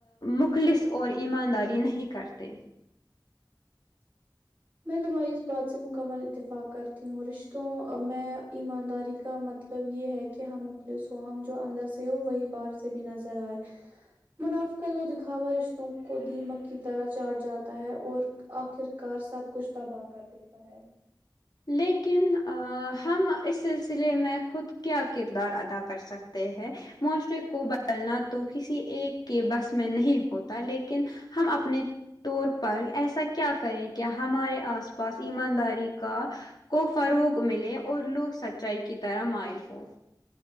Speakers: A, on the left; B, on the right.
A: مخلص اور ایمانداری نہیں کرتے
B: میں تمہاری اس بات سے مکمل اتفاق کرتی ہوں رشتوں اور میں ایمانداری کا مطلب مطلب یہ ہے کہ ہم مخلص ہوں ہم جو اندر سے ہو وہی باہر سے بھی نظر آئے منافقت اور دکھاوا رشتوں کو دیمک کی طرح چاٹ جاتا ہے اور آخر کار سب کچھ تباہ کر دیتا ہے
A: لیکن ہم اس سلسلے میں خود کیا کردار ادا کر سکتے ہیں معاشرے کو بدلنا تو کسی ایک کے بس میں نہیں ہوتا لیکن ہم اپنے طور پر ایسا کیا کریں کہ ہمارے آس پاس ایمانداری کا کو فروغ ملے اور لوگ سچائی کی طرح مائل ہوں